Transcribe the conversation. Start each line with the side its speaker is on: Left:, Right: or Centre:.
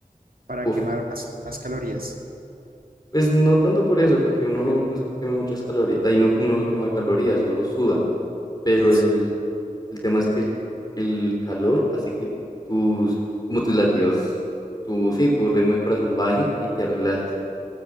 Right: Para
Left: Uf,
Right: quemar más, más calorías.
Left: pues no tanto por eso, porque uno no, no es que queme muchas calorías, ahí no, uno no quema calorías, solo suda, pero
Right: Es,
Left: el, el tema es que el, el calor hace que tus, como tus latidos, tu, sí, tu ritmo de corazón baje y te relajes.